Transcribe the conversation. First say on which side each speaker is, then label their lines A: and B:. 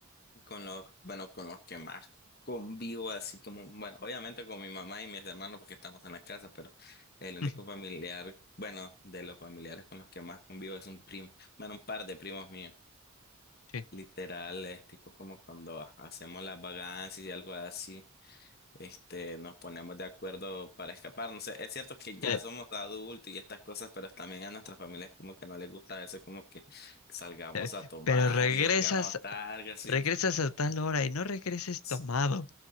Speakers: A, on the left (about 45°); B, on the left (about 90°).
A: con los, bueno, con los que más convivo, así como, bueno, obviamente con mi mamá y mis hermanos porque estamos en la casa, pero el único
B: <laughs>
A: familiar, bueno, de los familiares con los que más convivo es un primo, bueno, un par de primos míos,
B: Sí.
A: literales, tipo como cuando hacemos las vagancias y algo así. Este, nos ponemos de acuerdo para escapar. No sé, es cierto que ya
B: Eh,
A: somos adultos y estas cosas, pero también a nuestras familias como que no les gusta a veces como que salgamos
B: eh,
A: a tomar
B: Pero regresas,
A: y vengamos tarde, así.
B: regresas a tal hora y no regreses
A: Sí.
B: tomado.